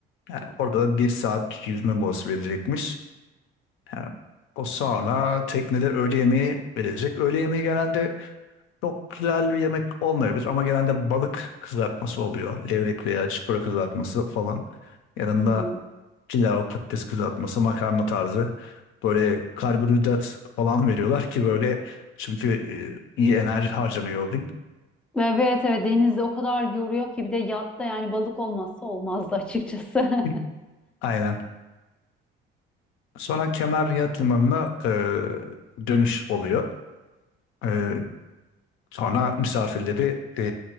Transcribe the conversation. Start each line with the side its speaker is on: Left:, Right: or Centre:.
Left: Yani orada da bir saat yüzme molası verecekmiş. Yani o sonra teknede öğle yemeği verecek. Öğle yemeği genelde Çok güzel bir yemek olmayabilir ama genelde balık kızartması oluyor. Levrek veya çıpra kızartması falan. Yanında
Centre: Hı hı.
Left: pilav, patates kızartması, makarna tarzı. Böyle karbonhidrat falan veriyorlar ki böyle çünkü e, iyi enerji harcanıyor o gün.
Centre: Evet evet denizde o kadar yoruyor ki bir de yatta yani balık olmazsa olmazdı açıkçası. <laughs>
Left: <clears throat> Aynen. Sonra Kemer Yat Limanı'na e, dönüş oluyor. E, sonra misafirleri e,